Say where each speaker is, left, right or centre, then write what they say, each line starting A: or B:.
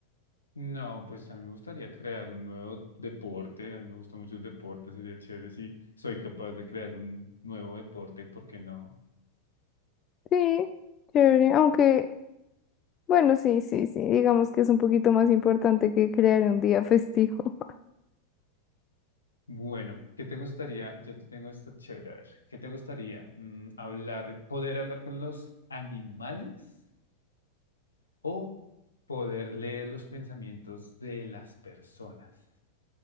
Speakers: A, on the left; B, on the left.
A: No, pues a mí me gustaría crear un nuevo deporte, a mí me gusta mucho el deporte, sería chévere si soy capaz de crear un nuevo deporte, ¿por qué no?
B: Sí, chévere, aunque, bueno, sí, sí, sí, digamos que es un poquito más importante que crear un día festivo.
A: Bueno, ¿qué te gustaría? Yo te tengo esta chévere, a ver, ¿qué te gustaría? Mm, hablar, poder hablar con los animales o poder leer los pensamientos de las personas.